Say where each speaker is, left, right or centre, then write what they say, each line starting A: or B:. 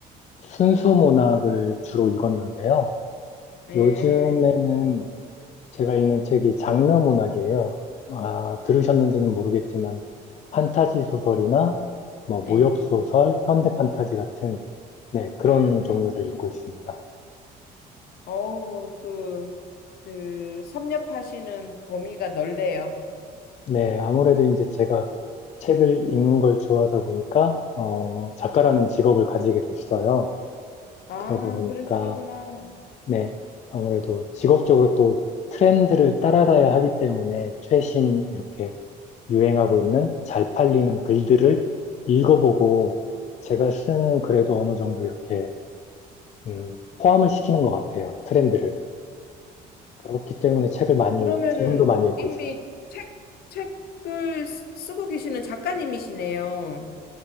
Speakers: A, on the left (about 40°); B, on the left (about 65°).
A: 순수 문학을 주로 읽었는데요.
B: 네,
A: 요즘에는 제가 읽는 책이 장르 문학이에요. 아, 들으셨는지는 모르겠지만, 판타지 소설이나, 뭐, 무협
B: 네.
A: 소설, 현대 판타지 같은, 네, 그런
B: 음,
A: 종류를 읽고 있습니다.
B: 어우, 그, 그, 섭렵하시는 범위가 넓네요.
A: 네, 아무래도 이제 제가 책을 읽는 걸 좋아하다 보니까, 어, 작가라는 직업을 가지게 됐어요.
B: 아,
A: 그러다 보니까,
B: 그러시구나.
A: 네, 아무래도 직업적으로 또 트렌드를 따라가야 하기 때문에 최신, 이렇게 유행하고 있는 잘 팔리는 글들을 읽어보고 제가 쓰는 글에도 어느 정도 이렇게 음, 포함을 시키는 것 같아요. 트렌드를. 그렇기 때문에 책을
B: 어,
A: 많이,
B: 그러면은
A: 지금도 많이 읽고
B: 이미
A: 있어요.
B: 책, 책을 쓰- 쓰고 계시는 작가님이시네요.